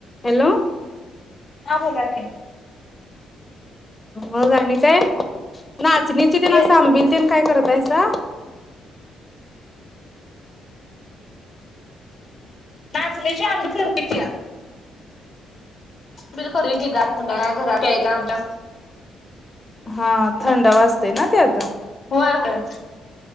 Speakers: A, on the left; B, on the left.
A: Hello.
B: आ बोलाकी.
A: मग आणि काय. नाचणीचे तेन
B: ये
A: असं आंबिल तेन काय करतायसा.
B: नाचण्याची आंबी करतो की. दुद कडुय की. गार मुलांना घरात प्यायला आमच्या.
A: हा. थंड वाजते ना त्यात.
B: होय होय.